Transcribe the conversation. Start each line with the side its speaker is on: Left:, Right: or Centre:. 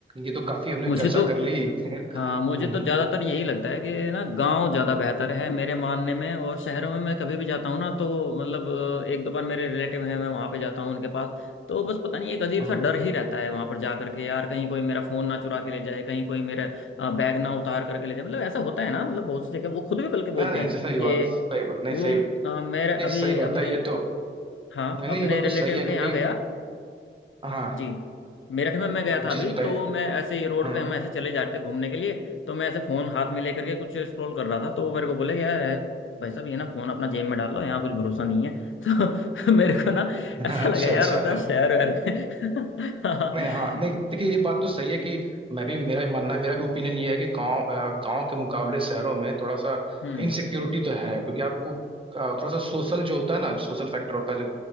Right: ये तो काफी हमने
Left: मुझे
Right: चर्चा
Left: तो
Right: कर ली <laughs> हम्म
Left: हाँ मुझे तो ज़्यादातर यही लगता है कि ना गांव ज़्यादा बेहतर है मेरे मानने में और शहरों में मैं कभी भी जाता हूँ ना तो मतलब अ, एक दो बार मेरे रिलेटिव हैं मैं वहाँ पे जाता हूँ उनके पास तो बस पता नहीं एक अजीब
Right: हम्म
Left: सा डर ही रहता है वहाँ पर जा करके यार कहीं कोई मेरा फ़ोन ना चुरा के ले जाए कहीं कोई मेरा अ, बैग ना उतार करके ले जाए मतलब ऐसा होता है ना मतलब बहुत सी जगह वो खुद भी बल्कि बोलते
Right: ना <laughs> नहीं
Left: हैं
Right: सही बात
Left: कि
Right: सही बात नहीं
Left: वो
Right: सही नहीं
Left: अ, मेरे अभी
Right: सही बात
Left: अपने
Right: है ये तो
Left: हाँ
Right: नहीं नहीं,
Left: अपने
Right: ये बात
Left: रिलेटिव
Right: तो सही है
Left: के
Right: क्योंकि
Left: यहाँ गया
Right: हाँ
Left: जी मेरठ में मैं गया
Right: जी
Left: था अभी
Right: जी बताइए
Left: तो मैं ऐसे ही रोड
Right: हाँ
Left: पे हम ऐसे चले जा रहे थे घूमने के लिए तो मैं ऐसे फ़ोन हाथ में लेकर के कुछ स्क्रॉल कर रहा था तो वो मेरे को बोले कि यार है, भाई साहब ये ना फ़ोन अपना जेब में डाल लो यहाँ कुछ भरोसा नहीं है <laughs> तो मेरे को ना
Right: <laughs>
Left: ऐसा
Right: अच्छा
Left: लगा यार
Right: अच्छा
Left: बता शहर वहर में <laughs>
Right: नहीं हाँ नहीं देखिए ये बात तो सही है कि मैं भी मेरा भी मानना है मेरा भी ओपिनियन ये है कि गांव अ, गांव के मुकाबले शहरों में थोड़ा सा
Left: हम्म
Right: इनसिक्योरिटी तो है क्योंकि आपको अ, थोड़ा सा सोशल जो होता है ना सोशल फैक्टर होता है जो